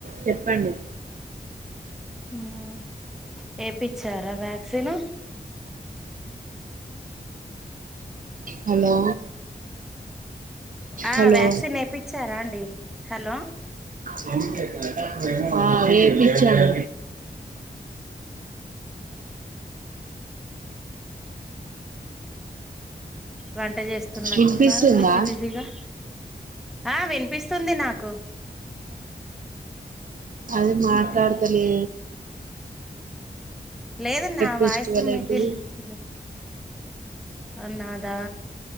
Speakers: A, on the right (about 55°); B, in the centre.
A: చెప్పండి
B: హ్మ్ ఏపిచ్చారా వ్యాక్సిను
A: హలో
B: ఆ
A: హలో
B: వ్యాక్సిన్ ఎపించారా అండి హలో
A: చె ఆ ఏ ఇచ్చాను
B: వంట చేస్తున్నట్టున్నారు
A: కనిపిస్తు ఉందా
B: బిజీ బిజీగా ఆ వినిపిస్తుంది నాకు
A: అది మాట్డుతలే
B: లేదండి నా
A: ఫెస్టివల్
B: వాయసు మీకు
A: ఏంటిది
B: వినిపించలే అన్నా ఆ